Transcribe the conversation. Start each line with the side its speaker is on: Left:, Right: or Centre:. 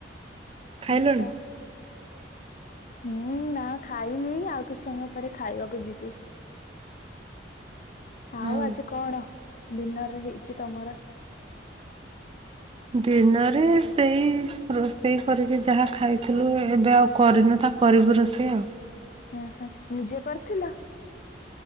Right: ଖାଇଲଣି?
Left: ଆଚ୍ଛା। ହୁଁ ନା ଖାଇନି ଆଉ କିଛି ସମୟ ପରେ ଖାଇବାକୁ ଯିବି। ଆଉ
Right: ହଉ।
Left: ଆଜି କଣ ଡିିନର ରେ ହେଇଛି ତମର?
Right: ଦିନରେ ସେଇ ରୋଷେଇ କରିକି ଯାହା ଖାଇଥିଲୁ ଏବେ ଆଉ। କରିନୁ ତା କରିବୁ ରୋଷେଇ ଆଉ।
Left: ଓହୋ ନିଜେ କରିଥିଲ?